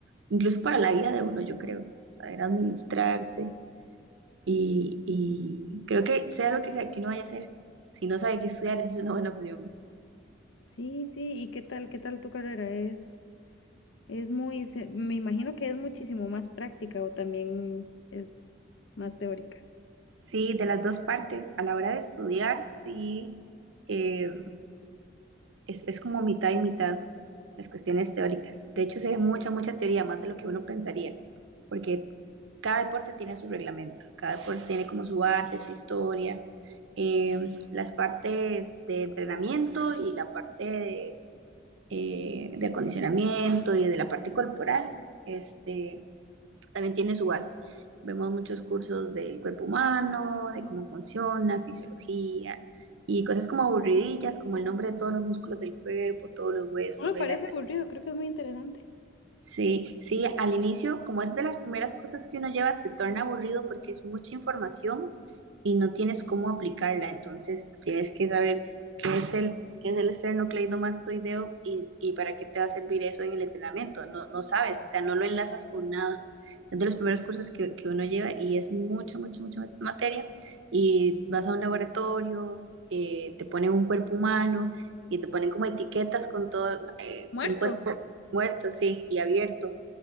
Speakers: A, on the right; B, on the left.
A: incluso para la vida de uno, yo creo, saber administrarse y, y creo que sea lo que sea que uno vaya a hacer, si no sabe qué estudiar, esa es una buena opción.
B: Sí, sí, ¿y qué tal, qué tal tu carrera es? Es muy, se- me imagino que es muchísimo más práctica o también es más teórica.
A: Sí, de las dos partes, a la hora de estudiar, sí, em, es, es como mitad y mitad las cuestiones teóricas. De hecho, se ve mucha, mucha teoría, más de lo que uno pensaría, porque cada deporte tiene su reglamento, cada deporte tiene como su base, su historia, eh, las partes de entrenamiento y la parte de, eh, de acondicionamiento y de la parte corporal. Este, también tiene su base. Vemos muchos cursos del cuerpo humano, de cómo funciona, fisiología y cosas como aburridillas, como el nombre de todos los músculos del cuerpo, todos los huesos,
B: No me
A: venas,
B: parece aburrido, creo que es muy interesante.
A: Sí, sí, al inicio, como es de las primeras cosas que uno lleva, se torna aburrido porque es mucha información y no tienes cómo aplicarla. Entonces, tienes que saber qué es el, qué es el esternocleidomastoideo y, y para qué te va a servir eso en el entrenamiento. No, no sabes, o sea, no lo enlazas con nada. Es de los primeros cursos que, que uno lleva y es mucha, mucha, mucha materia. Y vas a un laboratorio, eh, te ponen un cuerpo humano y te ponen como etiquetas con todo eh,
B: Muerto.
A: un cuerpo muerto, sí, y abierto.